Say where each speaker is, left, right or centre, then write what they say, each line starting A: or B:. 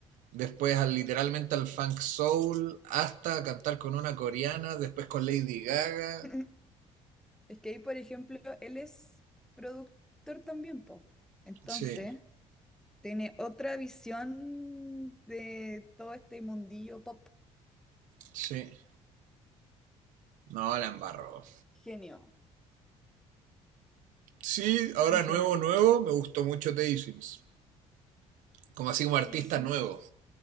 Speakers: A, on the right; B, in the centre.
A: después al, literalmente al funk soul, hasta cantar con una coreana, después con Lady Gaga.
B: <laughs> <clears throat> Es que ahí, por ejemplo, él es productor también, po. Entonces,
A: Sí,
B: tiene otra visión de todo este mundillo pop.
A: sí. No, la embarro.
B: Genio,
A: Sí, ahora
B: un genio.
A: nuevo, nuevo, me gustó mucho Teddy Swims. Como así como artista
B: Sí, Swims.
A: nuevo,